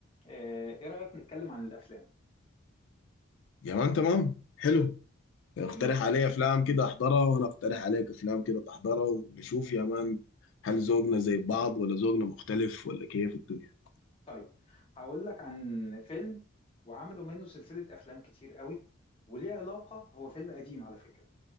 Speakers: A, on the left; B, on the left.
A: آه، ايه رأيك نتكلم عن الافلام
B: يا مان تمام حلو اقترح
A: جميل
B: علي افلام كده احضرها وانا اقترح عليك افلام كده تحضرها ونشوف يا مان هل ذوقنا زي بعض ولا ذوقنا مختلف ولا كيف الدنيا
A: طيب هقول لك عن فيلم وعملوا منه سلسلة افلام كتير قوي وليه علاقة هو فيلم قديم على فكرة